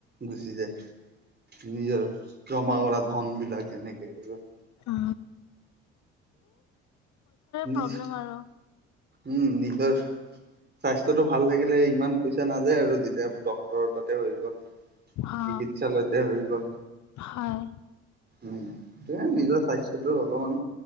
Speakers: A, on the right; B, on the left.
A: গুচি যায় নিজৰ জমা কৰা ধন বিলাক যেনেকে হলেও।
B: অ।
A: নিজ
B: প্ৰব্লেম আৰু
A: উম নিজৰ স্বাস্থ্যটো ভাল থাকিলে ইমান পইচা নাযায় আৰু যেতিয়া ডক্টৰ তাতে হৈ গ'ল।
B: অ
A: চিকিৎসালয়তে হৈ গল
B: হয়
A: উম। এ নিজৰ স্বাস্থ্যটো অলপমান